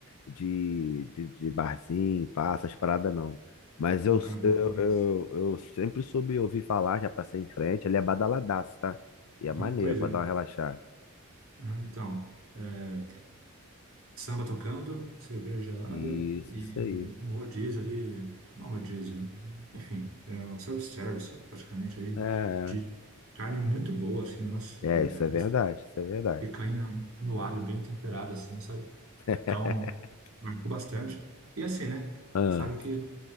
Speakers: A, on the left; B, on the right.
A: De, de, de barzinho, passas, paradas não. Mas
B: Você
A: eu,
B: é um cara um pouco
A: eu,
B: mais.
A: eu, eu sempre soube ouvir falar, já passei em frente, ele é badaladaço, tá? E
B: <laughs>
A: é maneiro
B: Pois
A: pra
B: é.
A: dar uma relaxada.
B: Aham, Então, é, samba tocando, cerveja gelada
A: Isso,
B: e
A: isso aí.
B: um rodízio ali, não rodízio, enfim, é um self-service praticamente ali,
A: É,
B: de carne muito boa, assim, nossa,
A: é,
B: é,
A: isso é verdade, isso é verdade.
B: picanha no alho, bem temperada, assim, sabe?
A: <laughs>
B: Então, marcou bastante. E assim, né?
A: Ah,
B: Sabe que